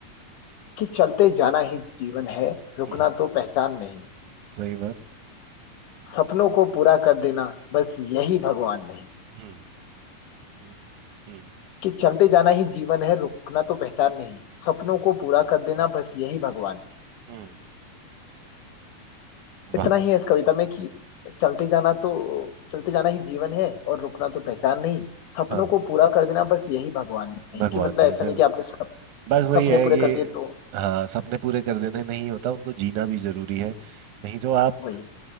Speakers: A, on the left (about 70°); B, on the right (about 70°).
A: कि चलते जाना ही जीवन है रुकना
B: हम्म।
A: तो पहचान नहीं
B: सही बात
A: सपनों को पूरा कर देना बस यही भगवान नहीं
B: हम्म हम्म हम्म
A: कि चलते जाना ही जीवन है रुकना तो पहचान नहीं सपनों को पूरा कर देना बस यही भगवान नहीं।
B: हम्म,
A: इतना
B: वाह
A: ही है इस कविता में कि चलते जाना तो चलते जाना ही जीवन है और रुकना तो पहचान नहीं सपनों
B: हाँ
A: को पूरा कर देना बस यही भगवान नहीं
B: भगवान
A: कि मतलब
B: ने
A: ऐसा
B: इसे
A: नहीं कि आपने सप,
B: बस वही
A: सपने
B: है
A: पूरे
B: कि
A: कर लिए तो
B: हाँ सपने पूरे कर देने नहीं होता उनको जीना भी जरूरी है नहीं तो आप
A: वही